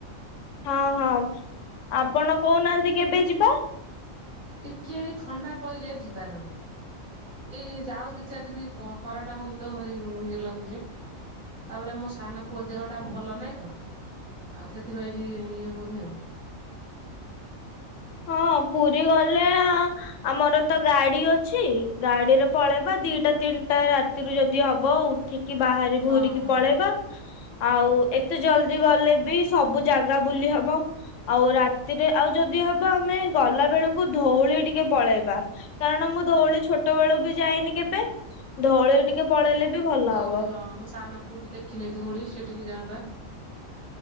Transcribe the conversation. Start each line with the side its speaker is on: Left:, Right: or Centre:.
Left: ହଁ ହଁ ଆପଣ କହୁନାହାନ୍ତି କେବେ ଯିବା
Right: ଟିକେ ଥଣ୍ଡା ପଇଲେ ଯିବା ନହନେ ଏଇ ଯାଉ ଦି ଚାରି ଦିନ ଖରା ଟା ହଉ ତ ଭାରି ଇଏ ଲାଗୁଛି ତାପରେ ଆମୋ ସାନ ପୁଅ ଦେହଟା ଭଲ ନହିଁ ତ ଆଉ ସେଥିପାଇଁ ଟ ଇଏ ହଉନି ଆଉ।
Left: ହଁ ପୁରୀ ଗଲେ ଆମର ତ ଗାଡି ଅଛି ଗାଡିରେ ପଳେଇବା ଦିଟା ତିନିଟା ରାତିରୁ ଯଦି ହବ ଉଠିକି କି ବାହାରି ଭୁରିକି
Right: ହଁ ହଁ
Left: ପଳେଇବା। ଆଉ ଏତେ ଜଲଦି ଗଲେ ବି ସବୁ ଜାଗା ବୁଲି ହବ ଆଉ ରାତିରେ ଆଉ ଯଦି ହବ ଆମେ ଗଲା ବେଳକୁ ଧଉଳି ଟିକେ ପଳେଇବା କାରଣ ମୁଁ ଧଉଳି ଛୋଟ ବେଳକୁ ବି ଯାଇନି କେବେ ଧଉଳି ଟିକେ ପଳେଇଲେ ବି ଭଲ
Right: ଧଉଳି
Left: ହବ।
Right: ହଁ ଆମ ସାନ ପୁଅ ବି ଦେଖିନି ଧଉଳି ସେ ଟିକେ ଯାଆନ୍ତା